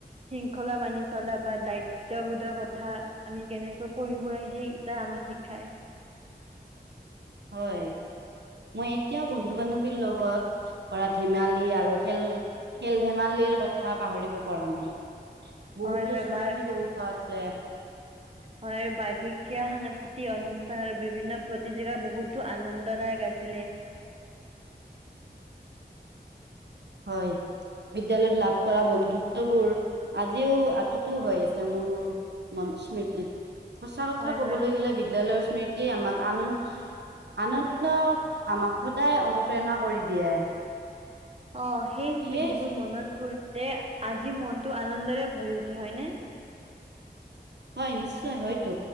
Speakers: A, on the right (about 35°); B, on the right (about 75°).
A: শৃংখলা মানি চলা বা দায়িত্ববোধৰ কথা আমি কেনেকৈ পঢ়িব লাগে সেইটা আমাক শিকায়
B: হয় মই এতিয়াও বন্ধু বান্ধৱীৰ লগত কৰা ধেমালি আৰু খেল খেল ধেমালিৰ কথা পাহৰিব পৰা নাই বহুতো
A: হয় হয়
B: স্মৃতি
A: বা
B: জড়িত আছে লে
A: হয় আৰু বাৰ্ষিকীয়া সাংস্কৃতিক অনুষ্ঠান আৰু বিভিন্ন প্ৰতিযোগিতা বহুতো আনন্দদায়ক আছিলে
B: হয় বিদ্যালয়ত লাভ কৰা বন্ধুত্ববোৰ আজিও আততো হৈ আছে মোৰ মন স্মৃতিত সঁচা কথা
A: হয়
B: ক'বলৈ
A: হয়
B: গ'লে বিদ্যালয়ৰ স্মৃ তিয়ে আমাক আনন্দ আনন্দ আমাক সদায় অনুপ্ৰেৰণা কৰি দিয়ে
A: অ সেই
B: সেয়ে
A: স্মৃতিবোৰ মনত পৰি তে আজি মনটো আনন্দৰে ভৰি উঠে হয়নে
B: হয় নিশ্চয় হয়তো